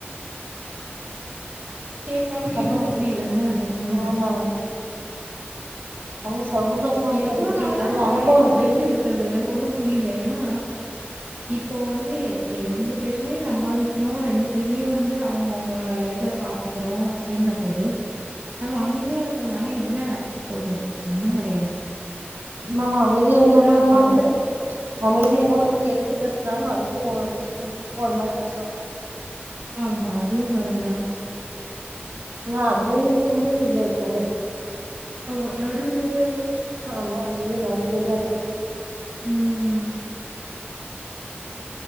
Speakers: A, on the right; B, on the right.
A: கேட்காமலேயும்
B: அதான்
A: இருக்க முடியலல்ல அதனால
B: ஆமா ஆமா <unintelligible>
A: எவ்ளோ
B: பத்தி
A: நாள் தா
B: உங்க
A: நம்ம
B: அனுபவம்
A: பயந்து
B: எப்படி
A: பயந்து இருக்கிறது எனக்கு ஒண்ணு புரியல ஏன்னா இப்போ வந்து ரெண்டு பேருமே சம்பாதிக்கிறோ ரெண்டு பேருமே வந்து அவங்கவுங்க இத பாத்துக்கறோ அப்படின்ற போது நம்ம அமைதியா இருக்கிறதுனால என்ன நடக்க போகுது ஒன்னு கிடையாது
B: நம்ம அமைதியா இல்லாம
A: இருப்பாங்க.
B: நம்ம வந்து அமைதியா இல்லாம நம்ம ஏகுத்து பேசுனாலு அது அப்பவு ஒரு மாரி பேசுவா
A: ஆமா அதுவும் கரண்டு தா
B: நா அதுலயும் இருக்க முடியாது இதுலயும் இருக்க முடியாது
A: ஆமா நடுநிலையா
B: ஆமா <unintelligible> கேதா இருக்கு
A: ம்